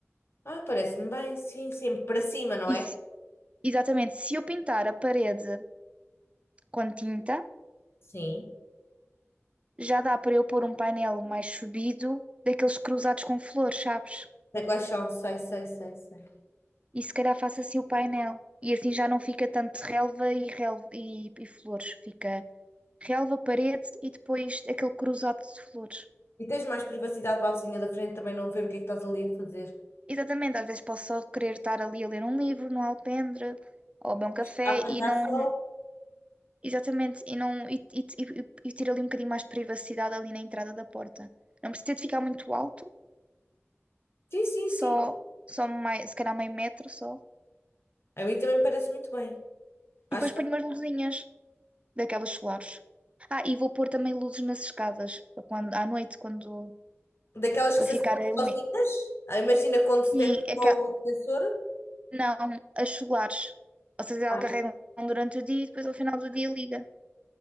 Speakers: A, on the left; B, on the right.
A: Ah, parece-me bem, sim, sim. Para cima, não
B: E
A: é?
B: se- exatamente, se eu pintar a parede com tinta,
A: Sim.
B: já dá para eu pôr um painel mais subido, daqueles cruzados com flores, sabes?
A: Sei quais são, sei, sei, sei, sei.
B: E se calhar faço assim o painel. E assim já não fica tanto relva e, relva e, e flores. Fica relva, parede e depois aquele cruzado de flores.
A: E tens mais privacidade para a vizinha da frente também não ver o que é que estás ali a fazer.
B: Exatamente, às vezes posso só querer estar ali a ler um livro no alpendre ou a beber um café
A: A apanhar
B: e não,
A: sol?
B: Exatamente, e, não, e, e, e, e ter ali um bocadinho mais de privacidade ali na entrada da porta. Não precisa de ficar muito alto,
A: Sim, sim,
B: só,
A: sim.
B: só mais, se calhar meio metro só.
A: A mim também me parece muito bem. Acho
B: E depois ponho umas luzinhas daquelas solares. Ah, e vou pôr também luzes nas escadas, para quando, à noite, quando
A: Daquelas
B: para
A: que se
B: ficar
A: assinam
B: a iluminar.
A: sozinhas? Ah, imagina com detecta
B: Sim, aquela,
A: com o sensor?
B: não, as solares. Ou seja, ela
A: Ah,
B: carrega durante o dia e depois ao final do dia liga.